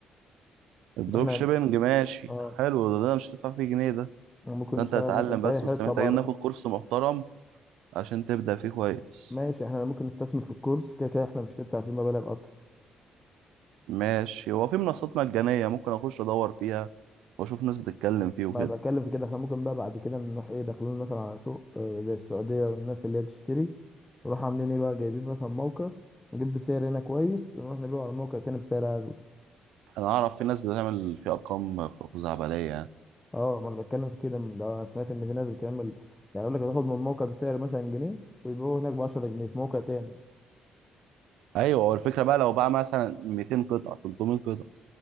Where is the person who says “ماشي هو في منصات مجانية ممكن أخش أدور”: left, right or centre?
Right